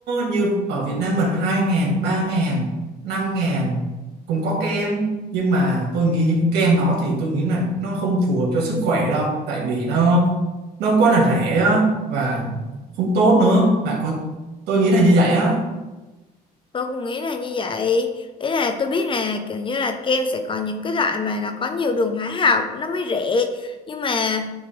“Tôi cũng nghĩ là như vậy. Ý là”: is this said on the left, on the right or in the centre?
Left